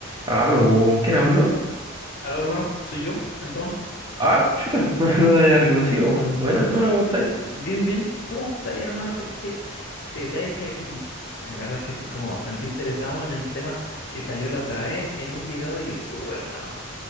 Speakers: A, on the right; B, on the left.
A: Aló, ¿quién habló?
B: Aló, hermano, soy yo, el Tomás.
A: Ah, chuta, <laughs> no te había reconocido. man. Buena, hermana, ¿cómo estáis?
B: Bien, bien. ¿Cómo estás, hermano? Sí, Es que te traje aquí. La verdad es que estoy como bastante interesado en el tema que salió la otra vez en un video de YouTube, hermano.